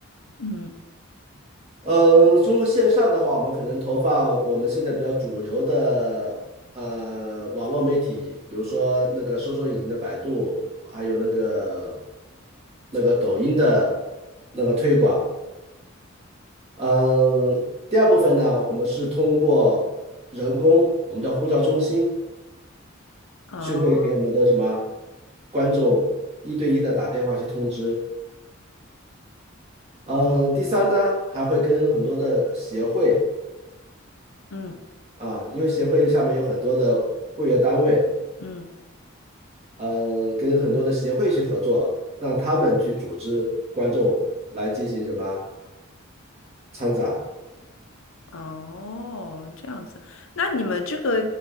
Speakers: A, on the left; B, on the right.
A: 嗯，
B: 嗯，通过线上的话，我们可能投放我们现在比较主流的呃网络媒体，比如说那个搜索引擎的百度，还有那个那个抖音的那个推广。嗯，第二部分呢，我们是通过人工，我们叫呼叫中心，
A: 哦，
B: 就会给我们的什么观众一对一的打电话去通知。嗯，第三呢，还会跟很多的协会
A: 嗯
B: 啊，因为协会下面有很多的会员单位，
A: 嗯，
B: 嗯，跟很多的协会去合作，让他们去组织观众来进行什么参展，
A: 哦，这样子。那你们这个